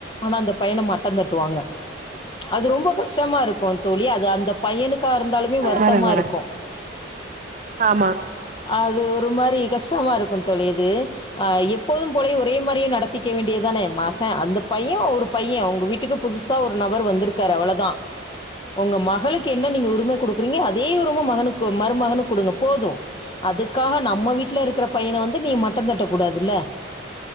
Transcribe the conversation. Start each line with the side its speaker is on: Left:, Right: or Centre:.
Left: ஆனா அந்த பையன மட்டந் தட்டுவாங்க அது ரொம்ப கஷ்டமா இருக் கு தோழி அது அந்த பையனுக்கா இருந்தாலுமே வருத்தமா
Right: வரே வரே
Left: இருக்கு
Right: ஆமா
Left: அது ஒரு மாரி கஷ்டமா இருக்கு தோழி அது ஆ எப்போதும் போலயே ஒரே மாரியே நடக் திக்க வேண்டியதானே மகன் அந்த பைய ஒரு பைய உங்க வீட்டுக்கு புதுசா ஒரு நபர் வந்திருக்காரு அவ்வளதா ஒங்க மகளுக்கு என்ன நீங்க உரிம குடுக்குறீங்க அதே உரிம மகனுக்கு மருமகனுக்கு குடுங்க போது அதுக்காக நம்ம வீட்ல இருக்கிற பையன வந்து நீங்க மட்டந்தட்ட கூடாதுல்ல